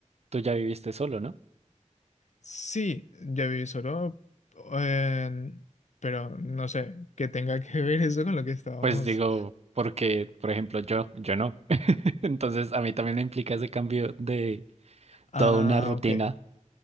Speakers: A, on the right; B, on the left.
A: tú ya viviste solo, ¿no?
B: Sí, ya viví solo, en- pero no sé, qué tenga que ver eso con lo que estábamos.
A: Pues digo, porque, por ejemplo, yo, yo no. Entonces, a mí también me implica ese cambio de
B: Ah,
A: toda una rutina
B: ok.